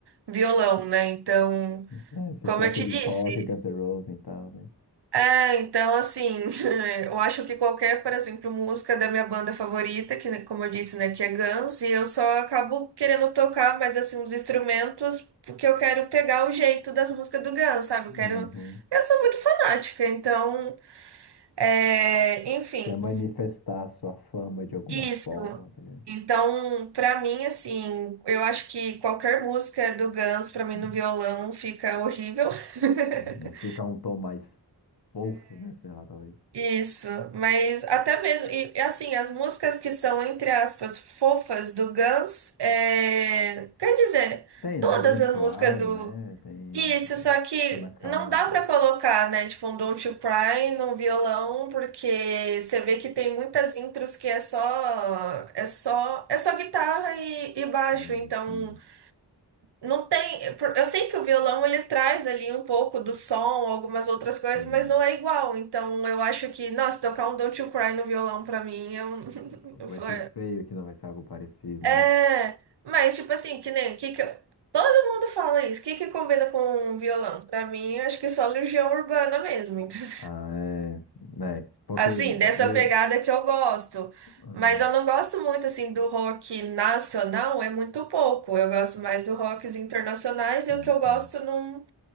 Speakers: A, on the right; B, on the left.
A: violão, né? Então,
B: É, se
A: como
B: for
A: eu
B: aqueles
A: te disse.
B: rock, Guns N' Roses e tal, né?
A: É, então, assim, <laughs> eu acho que qualquer, por exemplo, música da minha banda favorita, que, né, como eu disse, né, que é Guns, e eu só acabo querendo tocar, mas, assim, os instrumentos, porque eu quero pegar o jeito das músicas do Guns, sabe? Eu quero...
B: Uhum.
A: Eu sou muito fanática, então, é, enfim,
B: Quer manifestar sua fama de alguma
A: isso.
B: forma, tá ligado?
A: Então, pra mim, assim, eu acho que qualquer música do Guns, pra mim,
B: Uhum.
A: no violão, fica horrível. <laughs>
B: É, não fica um tom mais fofo, né? Sei lá, talvez.
A: Isso, mas até mesmo, e e, assim, as músicas que são, entre aspas, fofas do Guns, é, quer dizer,
B: Tem,
A: todas
B: né? Don't
A: as
B: Cry,
A: músicas do.
B: né? Tem,
A: Isso,
B: tipo,
A: só que
B: que é mais calma,
A: não dá
B: tá?
A: pra colocar, né, tipo, um Don't You Cry no violão, porque você vê que tem muitas intros que é só, é só, é só guitarra e, e baixo,
B: Sim,
A: então.
B: sim,
A: Não tem. Eu sei que o violão ele traz ali um pouco do som, algumas outras coisas,
B: sim.
A: mas não é igual. Então eu acho que, nossa, tocar um Don't You Cry no violão pra mim é um. <laughs>
B: Vai
A: eu falo,
B: ser feio que não vai ser algo parecido,
A: É,
B: né?
A: mas tipo assim, que nem. Que que eu- Todo mundo fala isso. O que que combina com um violão? Pra mim, eu acho que só Legião Urbana mesmo. <laughs> entendeu?
B: Ah, é, né? Porque.
A: Assim, dessa
B: le-
A: pegada que eu gosto.
B: ah,
A: Mas eu não gosto muito assim do rock nacional, é muito pouco. Eu gosto mais do rocks internacionais
B: sim,
A: e o que eu
B: sim,
A: gosto não.